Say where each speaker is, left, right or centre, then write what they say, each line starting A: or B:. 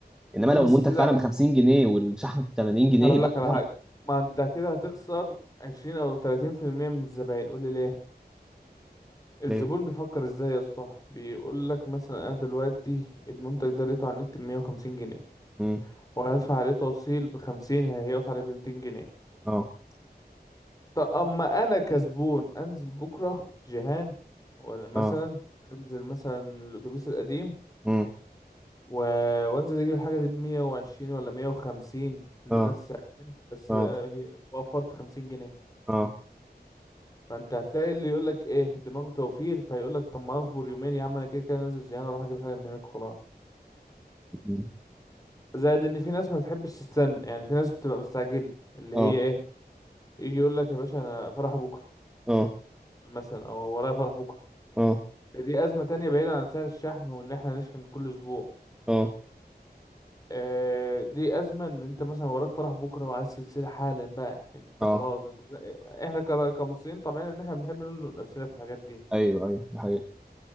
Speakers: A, in the centre; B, on the left.
A: انما لو
B: بس
A: المنتج
B: لا
A: فعلا ب 50 جنيه والشحن ب 80 جنيه
B: هقول
A: يبقى
B: لك على
A: حاجه
B: حاجة ما انت كده هتخسر عشرين او تلاتين في المية من الزباين قول لي ليه الزبون
A: ليه
B: بيفكر ازاي يا اسطى بيقول لك مثلا انا دلوقتي المنتج ده لقيته على النت بمية وخمسين جنيه
A: امم
B: وهدفع عليه توصيل بخمسين هيقف عليه بمتين جنيه
A: اه
B: طب اما انا كزبون انزل بكرة جيهان ولا مثلا
A: اه
B: انزل مثلا الاتوبيس القديم
A: امم
B: و... وانزل اجيب الحاجة دي بمية وعشرين ولا مية وخمسين نفس
A: اه
B: سعرها بس
A: اه
B: هي- وفرت خمسين جنيه
A: اه
B: فانت هتلاقي اللي يقول لك ايه دماغه توفير فهيقول لك طب ما اصبر يومين يا عم انا كده كده نازل جيهان اروح اجيب الحاجه من هناك وخلاص
A: مم.
B: زائد ان في ناس ما بتحبش تستنى يعني في ناس بتبقى مستعجله اللي
A: اه
B: هي ايه يجي يقول لك يا باشا انا فرح بكره
A: اه
B: مثلا او ورايا فرح بكره
A: اه
B: دي ازمه تانية بعيدا عن سعر الشحن وان احنا نشحن كل اسبوع
A: اه
B: آه، دي ازمه ان انت مثلا وراك فرح بكره وعايز سلسله حالا بقى انت
A: اه
B: خلاص انت احنا ك- كمصريين طبعا ان احنا بنحب نزنق نفسنا في الحاجات دي
A: ايوه ايوه دي حقيقة